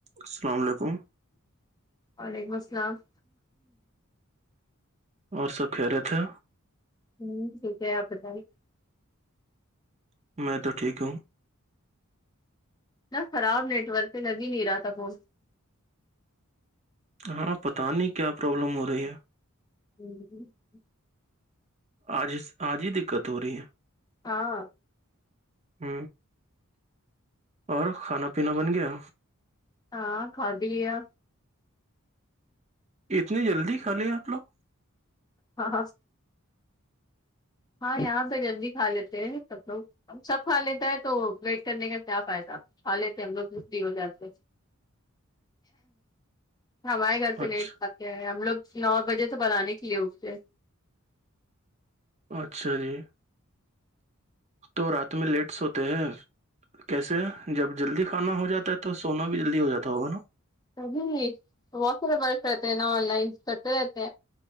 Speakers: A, on the right; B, on the left.
A: السلام علیکم
B: وعلیکم السلام
A: اور سب خیریت ہے
B: ہوں ٹھیک ہے آپ بتائی
A: میں تو ٹھیک ہوں
B: اتنا خراب نیٹ ورک ہے لگ ہی نہیں رہا تھا فون
A: ہاں پتا نہیں کیا پرابلم ہو رہی ہے
B: <inaudible>
A: آج آج ہی دقت ہو رہی ہے
B: ہاں
A: ہ اور کھانا پینا بن گیا
B: ہاں کھا بھی لیا
A: اتنی جلدی کھا لیا آپ لوگ
B: ہاں ہاں ہاں یہاں پہ جلدی کھا لیتے ہیں سب لوگ سب کھا لیتا ہے تو ویٹ کرنے کا کیا فائدہ کھا لیتے ہم لوگ بھی فری ہو جاتے ہمارے گھر پہ
A: اچھا
B: لیٹ کھاتے ہے ہم لوگ نو بجے تو بنانے کے لیے اٹتے ہے
A: اچھا جی تو رات میں لیٹ سوتے ہیں کیسے جب جلدی کھانا ہو جاتا ہے تو سونا بھی جلدی ہو جاتا ہوگا نا
B: کزن ہی وہ سب برس رہتے ہیں نا آن لائن کرتے رہتے